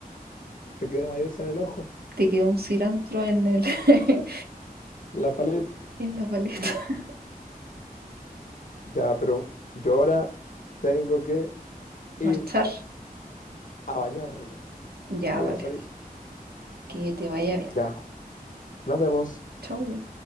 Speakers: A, on the left; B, on the right.
A: Te quedó mayonesa en el ojo,
B: te quedó un cilantro en el, <laughs>
A: en la paleta.
B: en la paleta. <laughs>
A: Ya, pero yo ahora tengo que ir
B: Marchar.
A: a bañarme,
B: Ya,
A: porque voy
B: vale.
A: a salir.
B: Que te vaya bien.
A: Ya, nos vemos.
B: Chau.